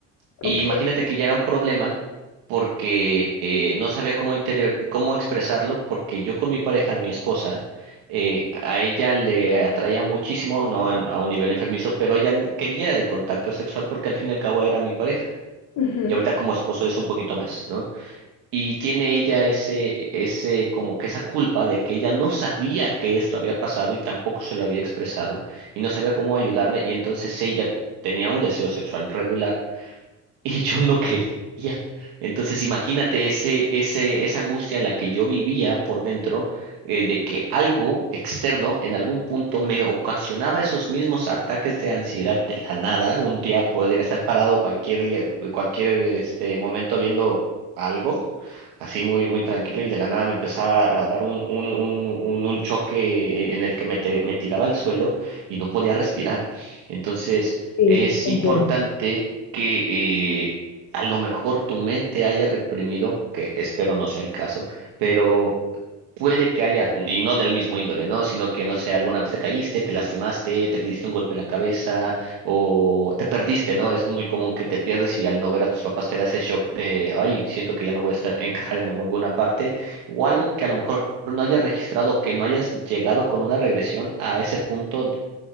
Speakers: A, on the right; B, on the left.
A: Y
B: ok,
A: imagínate que ya era un problema porque eh, no sabía cómo interior, cómo expresarlo, porque yo con mi pareja, mi esposa, eh, a ella le atraía muchísimo, no en- a un nivel enfermizo, pero ella n- quería el contacto sexual porque al fin y al cabo era mi pareja.
B: ujú,
A: Y ahorita como esposo es un poquito más, ¿no? Y tiene ella ese, ese, como que esa culpa de que ella no sabía que esto había pasado y tampoco se lo había expresado y no sabía cómo ayudarme y entonces ella tenía un deseo sexual regular y yo no quería. Entonces, imagínate ese, ese, esa angustia en la que yo vivía por dentro, eh, de que algo externo en algún punto me ocasionaba esos mismos ataques de ansiedad de la nada. Un día podría estar parado cualquier día- eh, cualquier este momento viendo algo, así muy, muy tranquilo, y de la nada me empezaba a dar un, un, un, un, un choque en el que me, te- me tiraba al suelo y no podía respirar. Entonces,
B: sí,
A: es
B: entiendo.
A: importante que eh, a lo mejor tu mente haya reprimido, que espero no sea el caso, pero puede que haya, y no del mismo índole, ¿no? Sino que, no sé, alguna vez te caíste, te lastimaste, te diste un golpe en la cabeza o te perdiste, ¿no? Es muy común que te pierdes y al no ver a tus papás te da ese shock de, ay, siento que ya no voy a estar, encajar en alguna parte o algo que a lo mejor no hayas registrado, que no hayas llegado con una regresión a ese punto